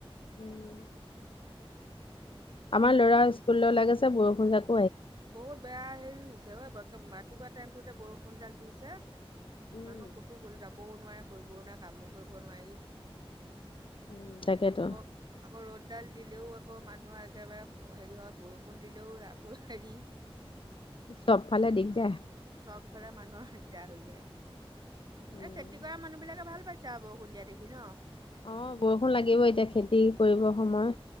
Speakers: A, on the left; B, on the right.
A: উম। আমাৰ ল'ৰা স্কুললৈ ওলাই গৈছে বৰষুণ জাক
B: বহুত বেয়া হেৰি হৈছে ঐ ৰাতিপুৱা টাইমটোতে বৰষুণ যাক দিছে।
A: উম,
B: মানুহ ক'তো গ'লে যাবও নোৱাৰে কৰিবও নোৱাৰে কামো কৰিব নোৱাৰি।
A: উম। তাকেতো,
B: আকৌ আকৌ ৰ'দডাল দিলেও আকৌ মানুহৰ একেবাৰে হেৰি হয় বৰষুণ দিলেও আকৌ হেৰি
A: চপ ফালে দিগদাৰ
B: চব ফালে মানুহৰ দিগদাৰ হৈ যায় এই
A: উম,
B: খেতি কৰা মানুহ বিলাকে ভাল পাইছে। চা বৰষুণ দিয়া দেখি ন
A: আহ বৰষুণ লাগিব এতিয়া খেতি কৰিবৰ সময়